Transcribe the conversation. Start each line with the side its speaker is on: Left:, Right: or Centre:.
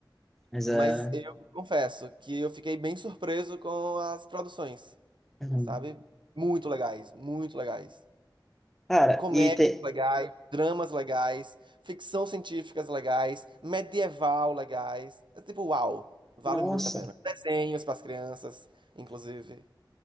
Centre: Mas
Right: Mas
Centre: é.
Right: eu confesso que eu fiquei bem surpreso com as produções,
Centre: uhum.
Right: sabe? Muito legais, muito legais.
Centre: Cara,
Right: comédias
Centre: e tem.
Right: legais, dramas legais, ficção científicas legais, medieval legais. É tipo, uau, vale
Centre: Nossa,
Right: muito a pena. Desenhos para as crianças, inclusive.